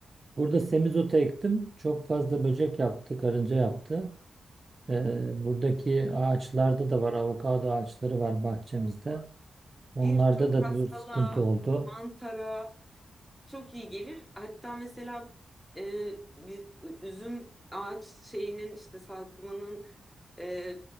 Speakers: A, on the right; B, in the centre.
A: Burada semizotu ektim. Çok fazla böcek yaptı, karınca yaptı. E, buradaki ağaçlarda da var. Avokado ağaçları var bahçemizde. Onlarda
B: Birçok
A: da
B: hastalığa,
A: bu sıkıntı oldu.
B: mantara, Çok iyi gelir. Hatta mesela e, bir üzüm ağaç şeyinin işte salkımının e,